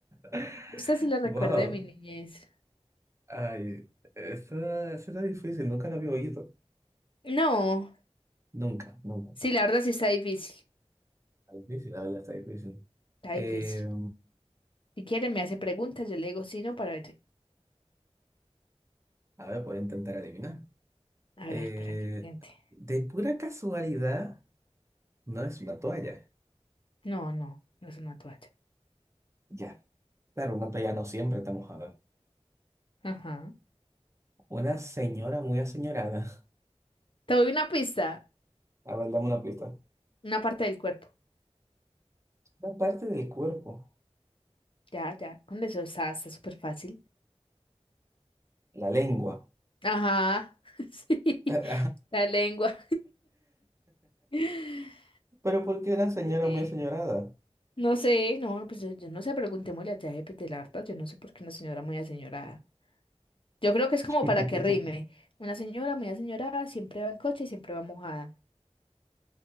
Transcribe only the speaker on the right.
<laughs>
Wow.
Ay, esta, esta está difícil, nunca la había oído.
Nunca, nunca.
Está difícil, la verdad, está difícil.
Eh,
a ver, puedo intentar adivinar.
Eh,
de pura casualidad, no es una toalla.
Ya, claro, una toalla no siempre está mojada.
Una señora muy aseñorada.
A ver, dame una pista.
La parte del cuerpo,
la lengua.
<laughs>
Pero ¿por qué una señora
muy aseñorada?
<laughs>